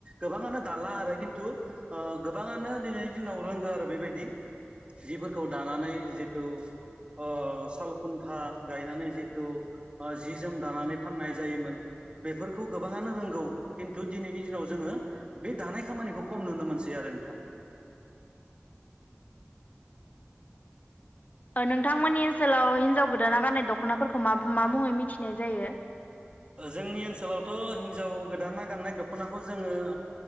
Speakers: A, on the right (about 25°); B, on the left (about 40°).
A: गोबाङानो दाला आरो खिन्थु ओ गोबाङानो दिनैनि दिनाव रोंगो आरो बेबायदि जिफोरखौ दानानै जिथु ओ सालखुन्था गायनानै जिथु जि जोम दानानै फाननाय जायोमोन बेफोरखौ गोबाङानो रोंगौ खिन्थु दिनैनि दिनाव जोङो बे दानाय खामानिखौ खम नुनो मोनसै आरो आरो थां
B: नोंथांमोननि ओनसोलाव हिनजाव गोदाना गाननाय दख'नाफोरखौ मा मुङै मिथिनाय जायो
A: जोंनि ओनसोलावथ' हिनजाव गोदाना गाननाय दख'नाखौ जोङो